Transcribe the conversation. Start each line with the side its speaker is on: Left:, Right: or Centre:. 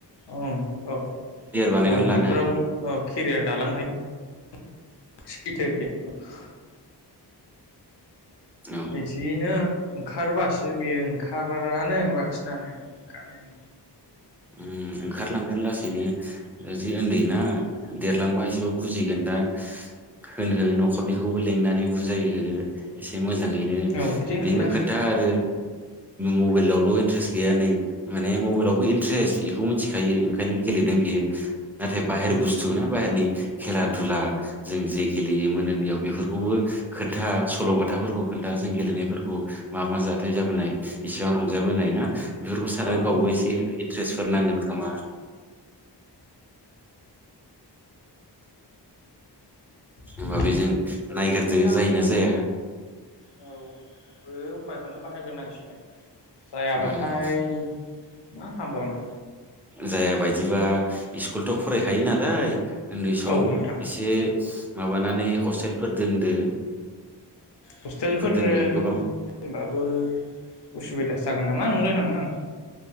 Left: औ औ
Centre: बानायनानै
Left: औ
Centre: लानो
Left: बेफोरावबो
Centre: हायो
Left: औ केरियार दालांनो हायो। <unintelligible>
Centre: औ
Left: बिदिनो ओंखारबासो बेयो ओंखारानो बांसिनानो ओंखारनायानो
Centre: उम ओंखारलांगोन लासैनो जि उन्दैना देरलांबा एसेबाबो बुजिगोन दा होनहो न'खरनिखौबो लिंनानै बुजायहो एसे एसे मोजाङैनो
Left: औ बिदिनो
Centre: बिनो
Left: खालामनांसिगोन
Centre: खोन्था आरो मबाइलावल' इन्ट्रेस्ट गैया नै माने मबाइलावबो ट्रेस्ट बेखौ मिथिखायो ओंखायनो गेलेदों बियो नाथाय
Left: औ
Centre: बाहेर
Left: औ
Centre: बुस्थु ना बाहेरनि खेला दुला जों जे गेलेयोमोन उन्दैयाव बेफोरखौबो खोन्था सल'बाथाफोरखौ खोन्था जों गेलेनायफोरखौ मा मा जाथाय जाबोनाय इसिबां रंजाबोनाय ना बेफोरखौ साननानै
Left: औ
Centre: गावबो एसे द्रेसफोर नांगोन खोमा
Left: <inaudible>
Centre: होमबा बेजों
Left: खोन्थाबालाय
Centre: नायग्रोदो
Left: नांगोन
Centre: जायोना जाया
Left: औ ओ उफायखौनो बाहायगोनांसिगोन जायाबाथाय
Centre: उम
Left: मा खालामबावनो?
Centre: जाया बायदिबा‌ स्कुलथ' फरायखायो नालाय उन्दै सम
Left: औ नोंथां
Centre: एसे माबानानै हस्टेलफोर दोनदो
Left: हस्टेलफोर दोनबाबो
Centre: दोनबाबो गोबां
Left: उसुबिदासो जागोन नामा नंलायलाङो आं।